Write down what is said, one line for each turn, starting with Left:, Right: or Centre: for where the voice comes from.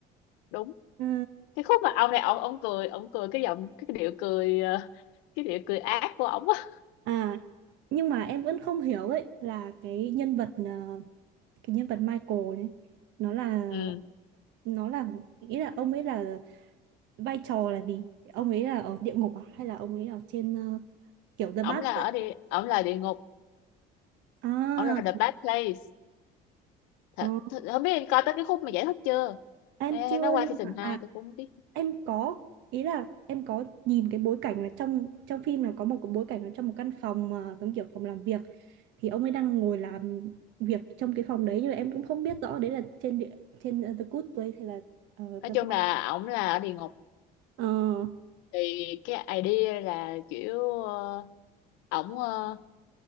Left: đúng
Right: Ờ,
Left: cái khúc mà ông này ông ông cười ông cười cái giọng cái điệu cười ờ, cái điệu cười ác của ổng á
Right: à nhưng mà em vẫn không hiểu ấy là cái nhân vật ờ, cái nhân vật Michael này nó là
Left: ừ
Right: nó là nghĩ là ông ấy là vai trò là gì ông ấy là ở địa ngục à hay là ông ấy ở trên ờ, kiểu The
Left: ổng
Right: Bad
Left: là
Right: Place
Left: ở đi ổng là địa ngục
Right: à
Left: ổng là The Bad Place thật,
Right: ờ,
Left: thật không biết em coi tới cái khúc mà giải thích chưa
Right: em
Left: hay,
Right: chưa
Left: hay nó qua
Right: nhưng
Left: season
Right: mà
Left: hai
Right: à
Left: tôi cũng không biết
Right: em có ý là em có nhìn cái bối cảnh là trong trong phim là có một cái bối cảnh là trong một căn phòng ờ, giống kiểu phòng làm việc thì ông ấy đang ngồi làm việc trong cái phòng đấy nhưng mà em cũng không biết rõ đấy là trên địa trên ờ, The Good Place hay là ờ,
Left: nói
Right: The Bad
Left: chung là ổng là ở địa ngục
Right: ờ
Left: thì cái idea là kiểu ờ, ổng ờ,